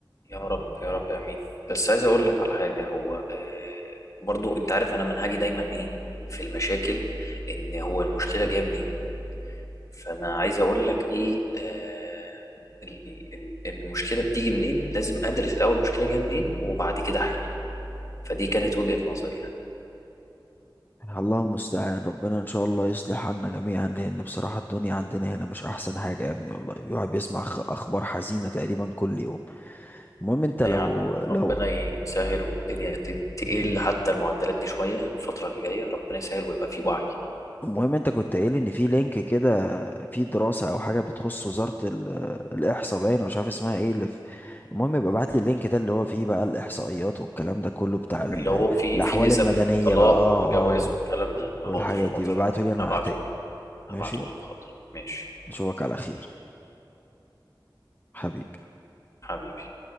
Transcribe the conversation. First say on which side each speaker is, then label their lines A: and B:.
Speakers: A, on the left (about 40°); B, on the left (about 25°).
A: يا رب يا رب امين بس عايز اقول لك على حاجة هو آه برضو انت عارف انا منهجي دايما ايه في المشاكل ان هو المشكلة جاية منين فانا عايز اقول لك ايه آه ال- ال- المشكله بتيجي منين لازم ادرس الاول المشكله جايه منين وبعد كده احل فدي كانت وجهه نظري يعني
B: الله المستعان ربنا ان شاء الله يصلح عنا جميعا لان بصراحة الدنيا عندنا هنا مش احسن حاجة يا ابني والله الواحد بيسمع خ- اخبار حزينة تقريبا كل يوم المهم انت
A: أنا
B: لو
A: يا عم
B: لو
A: ربنا يسهل والدنيا ت- تقل حتى المعدلات دي شويه الفتره اللي جايه ربنا يسهل ويبقى في وعي
B: المهم انت كنت قايل ان في لينك كده في دراسة او حاجة بتخص وزارة ال- الاحصاء باين أنا مش عارف اسمها ايه اللي في المهم يبقى ابعت
A: مم.
B: لي اللينك ده اللي هو فيه بقى الاحصائيات والكلام ده كله بتاع ال-
A: اللي هو في
B: الاحوال
A: في نسب
B: المدنية
A: الطلاق
B: بقى اه
A: والجواز
B: اه
A: والكلام ده حاضر
B: والحاجات دي
A: حاضر
B: ببعته لي انا
A: هبعتهولك
B: هحتاجه ماشي
A: هبعتهولك حاضر ماشي
B: اشوفك على خير حبيبي
A: حبيبي